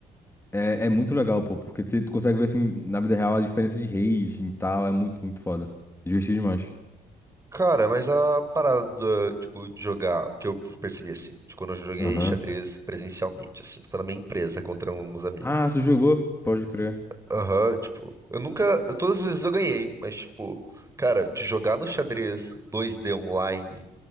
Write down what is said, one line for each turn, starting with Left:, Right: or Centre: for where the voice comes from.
Left: É, é muito legal, pô. Porque você consegue ver, assim, na vida real a diferença de rating e tal. É muito, muito foda. Divertido demais.
Right: Cara, mas a parada, do, tipo, de jogar, que eu percebi assim, de quando eu joguei
Left: Aham.
Right: xadrez presencialmente, assim, tipo, na minha empresa contra alguns amigos.
Left: Ah, tu jogou? Pode crer.
Right: Aham, tipo, eu nunca, eu- todas as vezes eu ganhei, mas tipo, cara, de jogar no xadrez dois d online